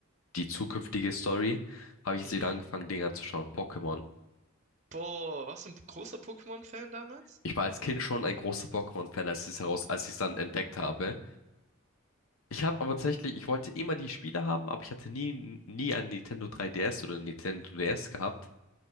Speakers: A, on the left; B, on the right.
A: die zukünftige Story. Habe ich jetzt
B: Mhm.
A: wieder angefangen, Dinge anzuschauen. Pokémon.
B: Boah, warst du ein großer Pokémon-Fan damals?
A: Ich war als Kind schon ein großer Pokémon-Fan, als ich es heraus, als ich es dann entdeckt habe. Ich habe aber tatsächlich, ich wollte immer die Spiele haben, aber ich hatte nie, nie ein Nintendo 3DS oder ein Nintendo DS gehabt.